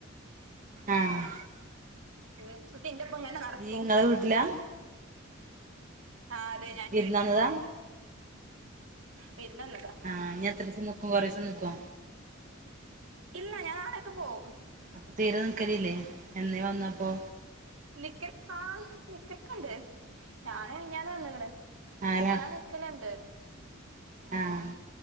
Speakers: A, on the right; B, on the right.
A: ആഹ്
B: ഇൾചുട്ടി ന്റെപ്പം ഇങ്ങെനെ നടക്കും
A: ഇയ്യ് ഇങ്ങളെ വീട്ടിലാ
B: ആഹ് അതെ ഞാൻ ന്റെ
A: വിരുന്ന്
B: വീട്ട്ലാ
A: വന്നതാ
B: വിര്ന്ന് വന്നതാ
A: ആഹ് ഞ്ഞെ എത്രീസം ന്ക്കും കൊറീസം നിക്കോ
B: ഇല്ല ഞാൻ നാളെയെക്കെ പോവും ഉം
A: അപ്പൊ തീരെ നിക്കലില്ലേ എന്നേ വന്ന അപ്പോ
B: നിക്കൽ ആഹ് നിക്കൽക്കെണ്ട് ഞാന് മിഞ്ഞാന് വന്ന്ക്ണ്
A: ആരാ
B: ഞാൻ ന് ക്കല്ണ്ട്
A: ആഹ്